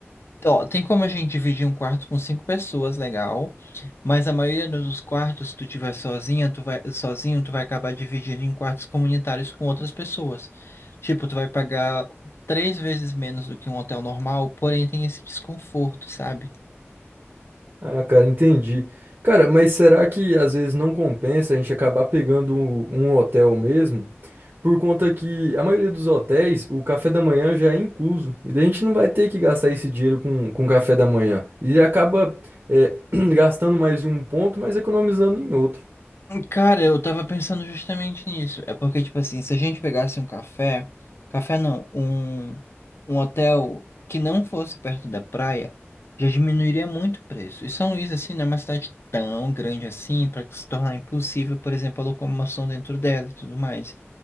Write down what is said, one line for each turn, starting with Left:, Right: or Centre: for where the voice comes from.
Left: Ó, tem como a gente dividir um quarto com cinco pessoas, legal. Mas a maioria dos quartos, se tu tiver sozinha, tu vai sozinho, tu vai acabar dividindo em quartos comunitários com outras pessoas. Tipo, tu vai pagar três vezes menos do que um hotel normal, porém tem esse desconforto, sabe?
Right: Ah, cara, entendi. Cara, mas será que às vezes não compensa a gente acabar pegando um, um hotel mesmo? Por conta que a maioria dos hotéis, o café da manhã já é incluso. E daí a gente não vai ter que gastar esse dinheiro com, com café da manhã. E acaba, é, <clears throat> gastando mais em um ponto, mas economizando em outro.
Left: Cara, eu tava pensando justamente nisso. É porque, tipo assim, se a gente pegasse um café, café não, um, um hotel que não fosse perto da praia, já diminuiria muito o preço. E São Luís, assim, não é uma cidade tão grande assim, para se tornar impossível, por exemplo, a locomoção dentro dela e tudo mais.